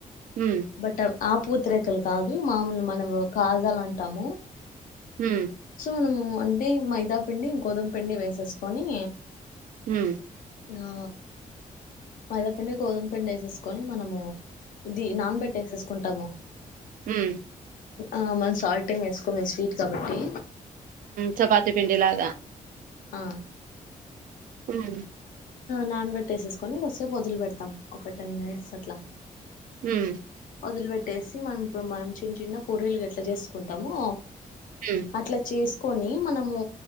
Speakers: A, on the right (about 75°); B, on the left (about 75°).
A: హ్మ్
B: బట్ ఆ పూత్రరేకలు కాదు మామూలు మనము కాజాల అంటాము.
A: హ్మ్
B: సో మనము అంటే మైదాపిండి, గోధుమ పిండి, వేసేసుకొని,
A: హ్మ్
B: ఆ మైదాపిండి, గోధుమ పిండి, వేసేసుకొని మనము ఇది నాన్ పెట్టేసేసుకుంటాము
A: హ్మ్మ్
B: ఆ మనం సాల్ట్ ఏం వేస్కొము స్వీట్ కాబట్టి
A: చపాతి పిండి లాగా
B: ఆ
A: హమ్
B: నాన్ బట్టేసేసుకొని ఒకసేపు వదిలిపెడతాం ఒకటి టెన్ మనిట్స్లా అట్లా
A: హమ్
B: వదిలిపెట్టేసి మనం ఇప్పుడు మనం చిన్న చిన్న పొరీలు గట్లా చేసుకుంటాము
A: హ్మ్
B: అట్లా చేసు కని మనము